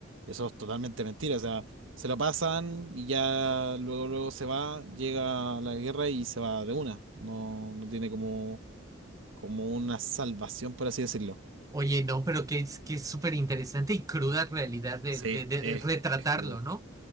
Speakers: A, on the right; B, on the right.
A: Y eso es totalmente mentira, o sea, se lo pasan y ya luego, luego se va, llega la guerra y se va de una. No, no tiene como, como una salvación, por así decirlo.
B: Oye, no, pero que es que es súper interesante y cruda realidad de,
A: Sí,
B: de, de-
A: es,
B: de retratarlo,
A: es cruda.
B: ¿no?